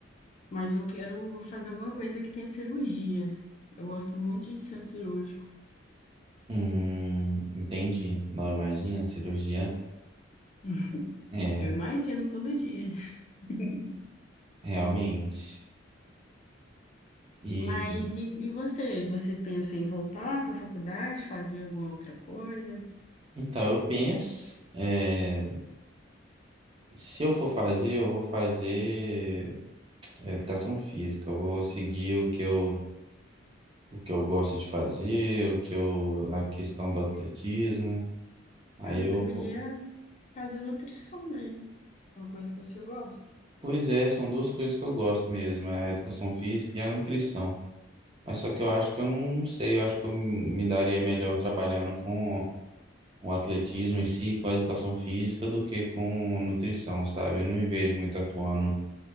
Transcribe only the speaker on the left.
Mas eu quero fazer alguma coisa que tenha cirurgia. Eu gosto muito de centro cirúrgico.
<laughs>
Eu imagino todo dia. <laughs>
Mas e, e você? Você pensa em voltar para a faculdade, fazer alguma outra coisa?
Ah, você
podia
fazer nutrição, né? Uma coisa que você gosta.